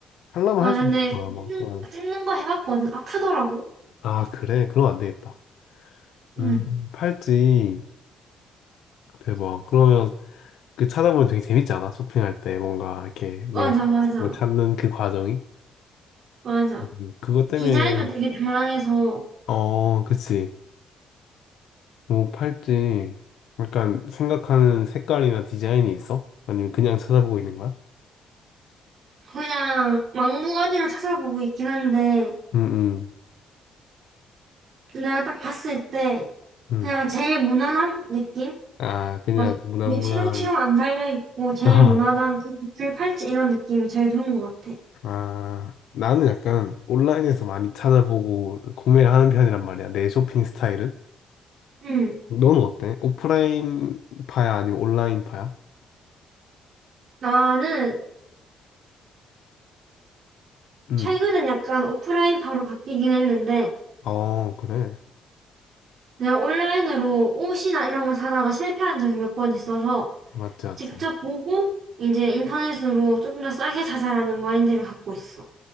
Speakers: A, on the left; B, on the right.
A: 하려면
B: 와,
A: 할
B: 근데
A: 수 있을 거야, 아마.
B: 찝는,
A: 어.
B: 찝는 거 해봤거든. 아프더라고.
A: 아, 그래? 그럼 안 되겠다.
B: 응.
A: 음, 팔찌. 대박. 그러면 그 찾아보면 되게 재밌지 않아? 쇼핑할 때 뭔가 이렇게 내가
B: 맞아, 맞아,
A: 뭘 찾는 그 과정이?
B: 맞아.
A: 음, 그것 때문에,
B: 디자인도 되게 다양해서
A: 어, 그치. 뭐, 팔찌. 약간 생각하는 색깔이나 디자인이 있어? 아니면 그냥 찾아보고 있는 거야?
B: 그냥 막무가내로 찾아보고 있긴 한데
A: 응, 응,
B: 내가 딱 봤을 때
A: 응.
B: 그냥 제일 무난한 느낌?
A: 아, 그냥
B: 막
A: 무난무난.
B: 이게 치렁치렁 안 달려있고 제일
A: <laughs>
B: 무난한 그줄 팔찌 이런 느낌이 제일 좋은 것 같아.
A: 아, 나는 약간 온라인에서 많이 찾아보고 구매를 하는 편이란 말이야. 내 쇼핑 스타일은.
B: 응.
A: 너는 어때? 오프라인 파야 아니면 온라인 파야?
B: 나는
A: 응.
B: 최근엔 약간 오프라인 파로 바뀌긴 했는데,
A: 어, 그래.
B: 내가 온라인으로 옷이나 이런 걸 사다가 실패한 적이 몇 번 있어서,
A: 맞지, 맞지.
B: 직접 보고, 이제 인터넷으로 조금 더 싸게 사자라는 마인드를 갖고 있어.